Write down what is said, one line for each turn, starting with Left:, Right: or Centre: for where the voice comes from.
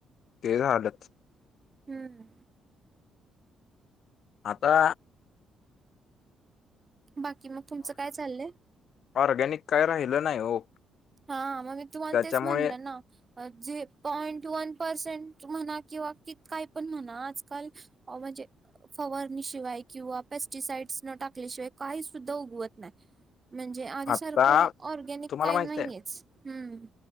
Left: तेज हलत
Right: हम्म
Left: आता
Right: बाकी मग तुमचं काय चाललंय
Left: ऑरगॅनिक काय राहिलं नाही हो.
Right: हा मग तुम्हाला
Left: त्याच्यामुळे
Right: तेच म्हणलं ना. जे पॉइंट वन पर्सेंट म्हणा किंवा क काय पण म्हणा आजकाल अ म्हजे फवारणीशिवाय किंवा पेस्टिसाईड्स न टाकल्याशिवाय काही सुद्धा उगवत नाही म्हणजे आधीसारखं
Left: आता
Right: ऑर्गॅनिक
Left: तुम्हाला
Right: काही
Left: माहित
Right: नाहीेच
Left: आहे
Right: हम्म